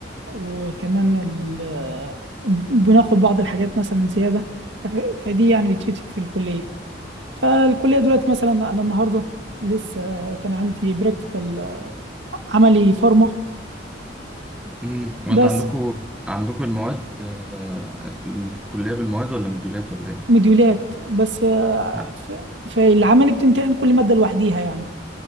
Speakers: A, on the right (about 75°); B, in the centre.
A: وكمان ال... آه، بناخد بعض الحاجات مثلا زياده فف... فدي يعني بتفيد في الكليه فالكليه دلوقتي مثلا انا النهارده لسه كان عندي براكتيكال عملي فارما
B: مم. وانت
A: بس
B: عندكوا عندكوا المواد آه، الكلية بالمواد ولا مديولات ولا ايه؟
A: مديولات بس آه،
B: لا
A: ف... فالعملي بتمتحن كل ماده لوحديها يعني